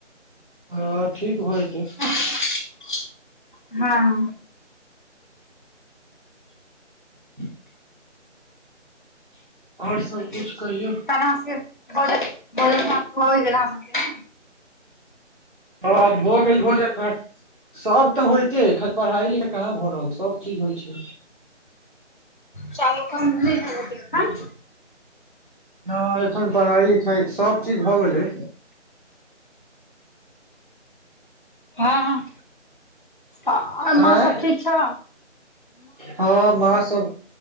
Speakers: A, on the right (about 45°); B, on the left (about 40°).
A: हँ ठीक भय जेतै
B: <unintelligible> हँ
A: ह्म <inaudible> <inaudible> आओर सब कुछ
B: त
A: कहियौ
B: <unintelligible> होइ गेल अहाँके
A: हँ भऽ गेल भोजन भात सब तऽ होयइतेखन पढ़ाई लिख कहाँ भरल सब चीज होइ छै
B: चालू काम हेते अखैन
A: हँ एखन पढ़ाई लिखाई सब चीज भए गेलै
B: हँ आओर माँ
A: आय
B: सब ठीक छौ
A: हँ माँ सब